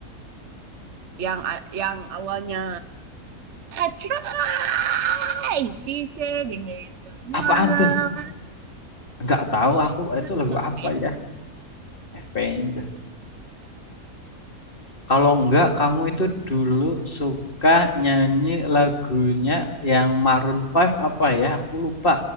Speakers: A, on the right; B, on the left.
A: yang a- yang awalnya I try she said yang gitu She was
B: Apaan
A: a-
B: tuh? Nggak tahu aku
A: itu
B: itu lagu
A: apa
B: apa
A: ya
B: ya? Avenged Kalau enggak, kamu itu dulu suka nyanyi lagunya yang Maroon Five apa ya? Aku lupa.